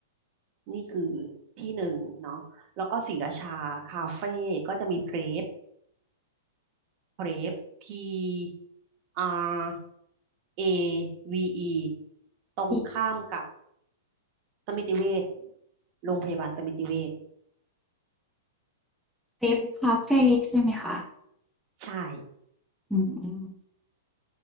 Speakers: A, on the right; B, in the centre.
A: นี่คือที่หนึ่งเนาะแล้วก็ศรีราชาคาเฟ่ก็จะมีเพลฟ Prep P R A V E ตรงข้ามกับ
B: มี
A: สมิติเวชโรงพยาบาลสมิติเวช
B: เทปคาเฟ่ใช่ไหมคะ
A: ใช่
B: อืม